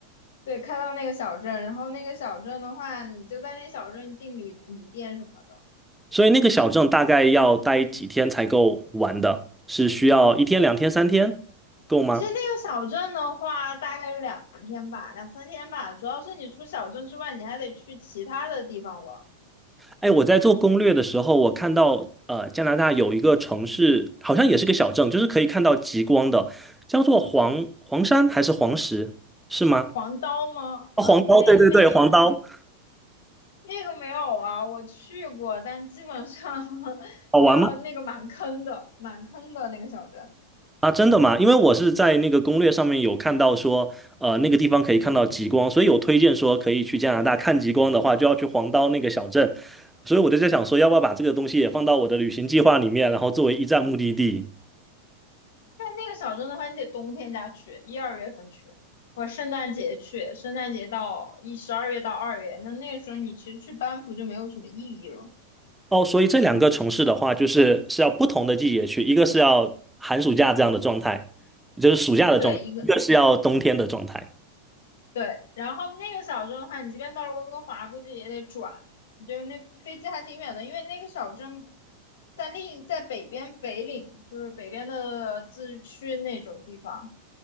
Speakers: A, on the left (about 80°); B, in the centre.
A: 对，开到那个小镇，然后那个小镇的话，你就在那小镇订旅旅店什么的。
B: 所以那个小镇大概要待几天才够玩的？是需要一天、两天、三天够吗？
A: 其实那个小镇的话，大概是两天吧，两三天吧。主要是你除小镇之外，你还得去其他的地方玩。
B: 哎，我在做攻略的时候，我看到呃，加拿大有一个城市，好像也是个小镇，就是可以看到极光的，叫做黄黄山还是黄石，是吗？
A: 黄刀吗？
B: 哦黄刀，
A: 呃，没没，
B: 对对对，黄刀，
A: 那个没有啊，我去过，但基本上 <laughs>
B: 好玩吗？
A: 那个那个蛮坑的，蛮坑的那个小镇。
B: 啊，真的吗？因为我是在那个攻略上面有看到说，呃，那个地方可以看到极光，所以有推荐说可以去加拿大看极光的话，就要去黄刀那个小镇，所以我就在想说，要不要把这个东西也放到我的旅行计划里面，然后作为一站目的地。
A: 但那个小镇的话，你得冬天家去，一二月份去，或者圣诞节去，圣诞节到一十二月到二月，那那个时候你其实去班夫就没有什么意义了。
B: 哦，所以这两个城市的话，就是是要不同的季节去，一个是要寒暑假这样的状态，就是暑假的状态，
A: 对，一个
B: 一个是要冬天的状态。
A: 对，然后那个小镇的话，你即便到了温哥华，估计也得转，就是那飞机还挺远的，因为那个小镇在另在北边北岭，就是北边的自治区那种地方。